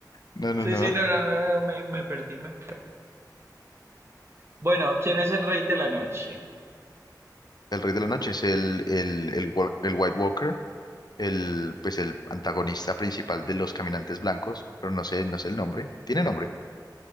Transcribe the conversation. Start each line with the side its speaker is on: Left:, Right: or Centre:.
Left: no, no,
Right: Sí,
Left: no.
Right: sí, no, no, no, no, me, me perdí. me- Bueno, ¿quién es el rey de la noche?
Left: El Rey de la Noche es el, el, el, Wa- el White Walker, el, pues el antagonista principal de los Caminantes Blancos, pero no sé, no sé el nombre. ¿Tiene nombre?